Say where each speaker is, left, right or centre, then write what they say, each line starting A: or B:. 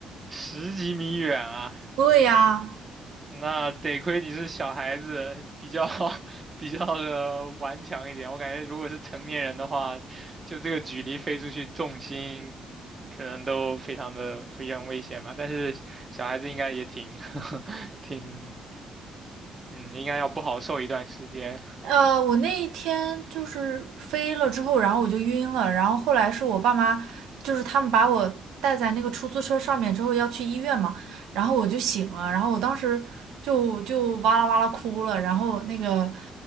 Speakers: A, on the right; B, on the right.
A: 十几米远啊，
B: 对呀，
A: 那得亏你是小孩子，比较 <laughs> 比较的顽强一点。我感觉如果是成年人的话，就这个距离飞出去，重心可能都非常的非常危险吧。但是小孩子应该也挺 <laughs> 挺嗯，应该要不好受一段时间。
B: 呃，我那一天就是飞了之后，然后我就晕了，然后后来是我爸妈，就是他们把我带在那个出租车上面之后要去医院嘛，然后我就醒了，然后我当时就就哇啦哇啦哭了，然后那个，